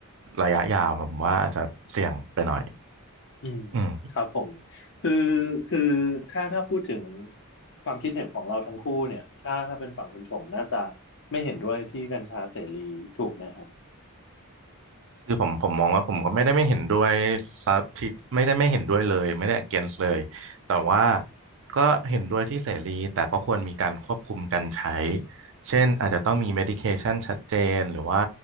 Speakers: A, on the right; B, on the left.
A: ระยะยาวผมว่าอาจจะเสี่ยงไปหน่อย
B: อืม
A: อืม
B: ครับผมคือคือถ้าถ้าพูดถึงความคิดเห็นของเราทั้งคู่เนี่ยถ้าถ้าเป็นฝั่งคุณชงน่าจะไม่เห็นด้วยที่กัญชาเสรีถูกไหมครับ
A: คือผมผมมองว่าผมก็ไม่ได้ไม่เห็นด้วยซะทีไม่ได้ไม่เห็นด้วยเลยไม่ได้ against เลยแต่ว่าก็เห็นด้วยที่เสรีแต่ก็ควรมีการควบคุมการใช้เช่นอาจจะต้องมี medication ชัดเจนหรือว่า